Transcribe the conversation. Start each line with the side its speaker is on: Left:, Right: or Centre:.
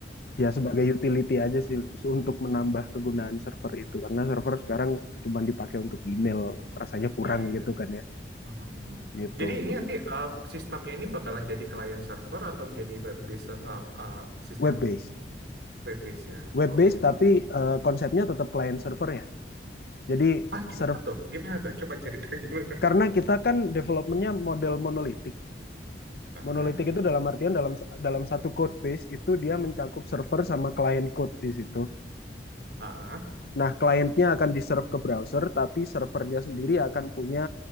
Left: Ya sebagai utility aja sih untuk menambah kegunaan server itu karena server sekarang cuma dipakai untuk email rasanya kurang
Right: iya iya.
Left: gitu kan ya
Right: Hmm. hmm, hmm.
Left: gitu
Right: Jadi ini nanti eh, sistemnya ini bakalan jadi client server atau jadi web based eh, eh, sistemnya?
Left: web based
Right: web base ya.
Left: web
Right: Oh
Left: based
Right: gitu.
Left: tapi eh, konsepnya tetap client server ya. Jadi
Right: Ah gimana
Left: serv-
Right: tuh? Gimana tuh? Coba cerita gimana. <laughs>
Left: karena kita kan developmentnya model monolitik.
Right: Ah,
Left: Monolitik itu dalam artian dalam dalam satu code base itu dia mencakup server sama client code di situ.
Right: ah,
Left: Nah, kliennya akan di-serve ke browser, tapi servernya sendiri akan punya